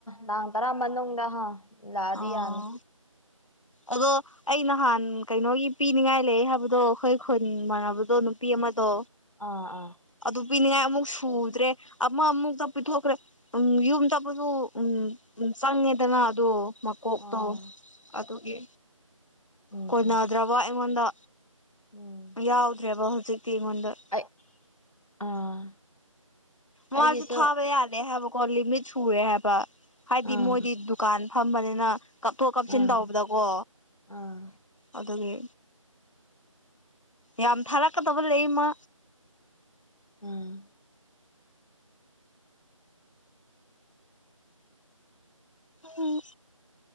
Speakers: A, on the left (about 80°); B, on the left (about 65°).
A: ꯇꯥꯡ ꯇꯔꯥ ꯃꯅꯨꯡꯗ ꯍ ꯂꯥꯛꯑꯗꯤ
B: ꯑꯣ
A: ꯌꯥꯅꯤ
B: ꯑꯗꯣ ꯑꯩ ꯅꯍꯥꯟ ꯀꯩꯅꯣꯒꯤ ꯄꯤꯅꯤꯡꯉꯥꯏ ꯂꯩ ꯍꯥꯏꯕꯗꯣ ꯑꯩꯈꯣꯏ ꯈꯨꯟ ꯃꯥꯟꯅꯕꯗꯣ ꯅꯨꯄꯤ ꯑꯃ ꯑꯃꯗꯣ
A: ꯑꯥ ꯑꯥ
B: ꯑꯗꯨ ꯄꯤꯅꯤꯡꯉꯥꯏ ꯑꯃꯨꯛ ꯁꯨꯗ꯭ꯔꯦ ꯑꯃ ꯑꯃꯨꯛꯇ ꯄꯤꯊꯣꯛꯈ꯭ꯔꯦ ꯎꯝ ꯌꯨꯝꯗꯄꯁꯨ ꯎꯝ ꯆꯪꯉꯦꯗꯅ ꯑꯗꯣ ꯃꯀꯣꯛꯇꯣ
A: ꯑꯥ
B: ꯑꯗꯨꯒꯤ
A: ꯎꯝ
B: ꯀꯣꯏꯅꯗ꯭ꯔꯕ
A: ꯎꯝ
B: ꯑꯩꯉꯣꯟꯗ
A: ꯎꯝ
B: ꯌꯥꯎꯗ꯭ꯔꯦꯕ ꯍꯧꯖꯤꯛꯇꯤ ꯑꯩꯉꯣꯟꯗ
A: ꯑꯩ ꯑꯥ
B: ꯃꯥꯁꯨ
A: ꯑꯩꯒꯤꯁꯨ
B: ꯊꯥꯕ ꯌꯥꯂꯦ ꯍꯥꯏꯕꯀꯣ ꯂꯤꯃꯤꯠ ꯁꯨꯔꯦ ꯍꯥꯏꯕ ꯍꯥꯏꯗꯤ
A: ꯑꯥ
B: ꯃꯣꯏꯗꯤ ꯗꯨꯀꯥꯟ ꯐꯝꯕꯅꯤꯅ ꯀꯥꯞꯊꯣꯛ ꯀꯥꯞꯁꯤꯟ
A: ꯑꯥ
B: ꯇꯧꯕꯗꯀꯣ
A: ꯑꯥ
B: ꯑꯗꯨꯒꯤ ꯌꯥꯝ ꯊꯔꯛꯀꯗꯕ ꯂꯩ ꯃꯥ
A: ꯎꯝ
B: ꯑ